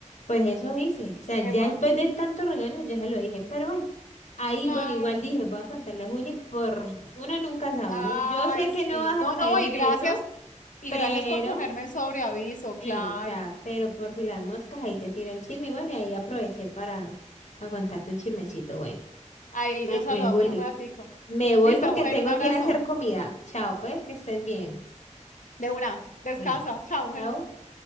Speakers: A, on the left; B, on the left.
A: Pues eso hice. O sea,
B: ¿Qué
A: ya
B: más?
A: después de tanto regaño, ya se lo dije. Pero bueno, ahí,
B: Claro.
A: bueno, igual dije, voy a contarle a Juli por... Uno nunca sabe,
B: Ay,
A: ¿no? Yo sé
B: sí.
A: que no vas
B: No,
A: a caer
B: no, y
A: en
B: gracias.
A: eso,
B: Y
A: pero...
B: gracias por ponerme en sobreaviso, claro.
A: Sí, o sea, pero por si las moscas, ahí te tiro el chisme. Y bueno, y ahí aproveché para, para contarte un chismecito. Bueno,
B: Ahí
A: bueno,
B: yo saludamos
A: mi Juli,
B: un ratico.
A: me voy
B: Listo,
A: porque
B: mujer,
A: tengo
B: un abrazo.
A: que ir a hacer comida. Chao, pues, que estés bien.
B: De una. Descansa.
A: Bueno,
B: Chao, mujer.
A: chao.